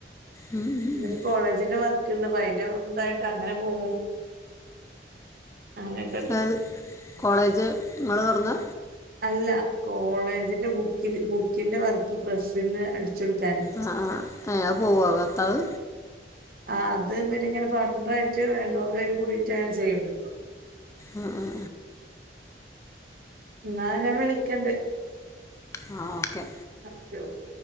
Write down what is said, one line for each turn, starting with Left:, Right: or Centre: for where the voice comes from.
Left: ഉം ഉം
Right: പിന്നൊരു
Left: ഉം.
Right: കോളേജിന്റെ വർക്കൊണ്ടപ്പോ അയ്ന്റെ ഇതായിട്ട് അങ്ങനെ പോകും അങ്ങനെയൊക്കെണ്ട്.
Left: അതായത് കോളേജ് നിങ്ങള് തൊടങ്ങാ
Right: അല്ല കോളേജിന്റെ ബുക്കി ബുക്കിന്റെ വർക്ക് പ്രസ്സീന്ന് അടി ച്ചെടുക്കാന്
Left: ആ ആ ആ ആ അയ് പോവുവോ ഭർത്താവ്
Right: ആ അത് മറ്റേയിങ്ങനെ പാർട്ണറായിട്ട് രണ്ടു മൂന്നുപേര് കൂടിട്ടാ ചെയ്യണ്ട്
Left: ആ ആ ആ
Right: ന്നാ ഞാൻ വിളിക്കണ്ട്
Left: ആ ഓക്കെ
Right: <unintelligible>